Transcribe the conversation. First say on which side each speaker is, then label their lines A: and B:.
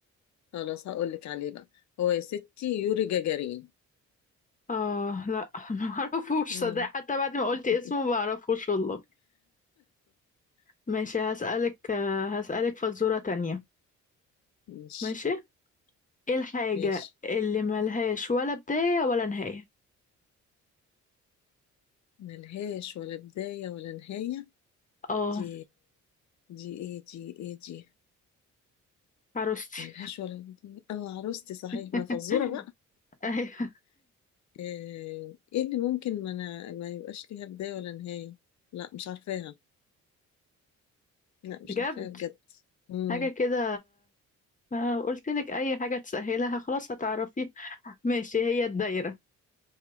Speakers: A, on the left; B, on the left.
A: خلاص هقولك عليه بقى هو يا ستي يوري جاجارين
B: اه لا <laughs> ما اعرفوش
A: مم.
B: صدق حتى بعد ما قلت
A: <laughs>
B: اسمه ما اعرفوش والله ماشي هسألك آه، هسألك فزورة تانية
A: ماشي
B: ماشي ايه الحاجة
A: ماشي
B: اللي ملهاش ولا بداية ولا نهاية
A: ملهاش ولا بداية ولا نهاية
B: اه
A: دي دي ايه دي ايه دي
B: عروستي
A: ملهاش ولا بداية اه عروستي صحيح
B: <laughs>
A: ما فزورة بقى
B: ايوه
A: آه، ايه اللي ممكن ما, أنا... ما يبقاش ليها بداية ولا نهاية لا مش عارفاها لا مش
B: بجد
A: عارفاها بجد امم
B: حاجة كده ما قلت لك اي حاجة تسهلها خلاص هتعرفيها ماشي هي الدايرة